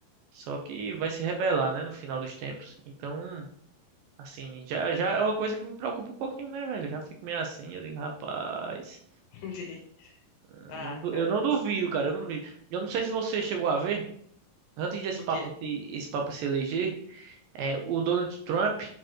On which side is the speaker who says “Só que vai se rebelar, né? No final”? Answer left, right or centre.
Right